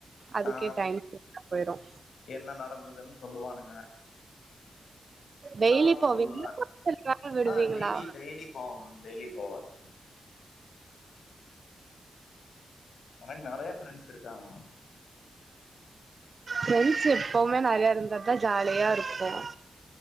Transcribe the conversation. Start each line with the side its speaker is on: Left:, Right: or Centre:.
Right: அதுக்கே
Left: ஆ
Right: டைம் போயிரும்
Left: என்ன நடந்ததுன்னு சொல்லுவானுங்க
Right: டெய்லி
Left: நான்
Right: போவீங்களா
Left: சொல்லுவேன்
Right: ஒரு சில நாள் விடுவீங்களா
Left: ஆஹ் டெய்லி டெய்லி போகணும் டெய்லி போவேன் எனக்கு நிறைய ஃப்ரெண்ட்ஸ் இருக்காங்க மா
Right: பிரிண்ட்ஸ் எப்பவுமே நிறைய இருந்தான் ஜாலியா இருக்கும்
Left: ம்